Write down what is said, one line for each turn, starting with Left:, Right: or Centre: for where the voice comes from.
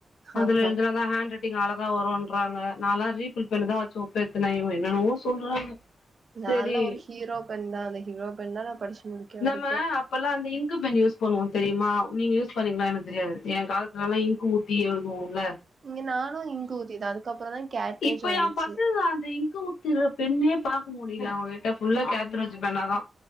Left: அதுல
Right: ஆஹா
Left: எழுதுனா தா ஹேன்ட் அழகா வருன்றாங்க நா லா ரீஃபில் பென் தா வச்சு ஒப்பேத்துனே என்னனமோ சொல்றாங்க
Right: நா
Left: செரி
Right: லா ஒரு ஹீரோ பென் தா அந்த ஹீரோ பென் தா நா படிச்சு முடிக்க
Left: நம்ம
Right: வரைக்கு
Left: அப்பல்லா அந்த இங்க்கு பென் யூஸ் பண்ணுவோ தெரியுமா நீங்க யூஸ் பண்ணீங்களா எனக்கு தெரியாது எ காலத்துல எல்லாம் இங்கு ஊத்தி எழுதுவோ இல்ல
Right: இங்க நானு இங்க்கு ஊத்தி தா அதுக்கப்புறோ தா கேட்ரேஜ்
Left: இப்ப
Right: வந்துச்சு
Left: எ பசங்க அந்த இங்க்கு ஊத்துற பெண்ணே பாக்க முடியல அவங்ககிட்ட ஃபுல்லா கேட்ரேஜ் பேனாதா